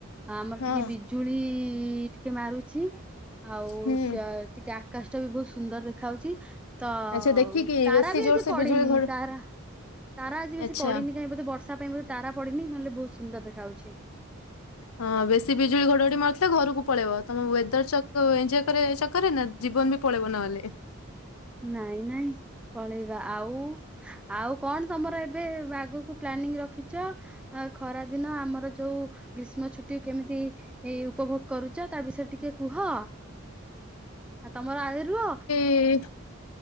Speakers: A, in the centre; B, on the left.
A: ଆମର
B: ହଁ
A: ଟିକେ ବିଜୁଳି ଟିକେ ମାରୁଚି। ଆଉ
B: ହୁଁ
A: ଚା ଟିକେ ଆକାଶ ଟା ବି ବହୁତ ସୁନ୍ଦର ଦେଖା ହଉଛି। ତ
B: ଆଚ୍ଛା ଦେଖିକି
A: ତାରା
B: ବେଶୀ
A: ବି
B: ଜୋର
A: ଆଜି
B: ସେ
A: ପଡିନି
B: ବିଜୁଳି ଘଡ
A: ତାରା ତାରା ଆଜି ବେଶୀ
B: ଆଚ୍ଛା
A: ପଡିନି ନାଇଁ ବୋଧେ ବର୍ଷା ପାଇଁ ବୋଧେ ତାରା ପଡିନି ନହେଲେ ବହୁତ ସୁନ୍ଦର ଦେଖାଯାଉଛି।
B: ହଁ ବେଶୀ ବିଜୁଳି ଘଡଘଡି ମାରୁଥିଲେ ଘରକୁ ପଳେଇବ ତମ ୱେଦର ଚ ଏନଜୟ କରେଇବା ଚକରରେ ନା ଜୀବନ ବି ପଳେଇବ ନହେଲେ।
A: ନାଇଁ ନାଇଁ ପଳେଇବା ଆଉ ଆଉ କଣ ତମର ଏବେ ଆଗକୁ ପ୍ଲାନିଂ ରଖିଛ ଆ ଖରା ଦିନ ଆମର ଯୋଉ ଗ୍ରୀଷ୍ମ ଛୁଟି କେମିତି ଏଇ ଉପଭୋଗ କରୁଛ ତା ବିଷୟରେ ଟିକେ କୁହ ଆଉ ତମର ଆଇଉ ରୁହ
B: କିଏ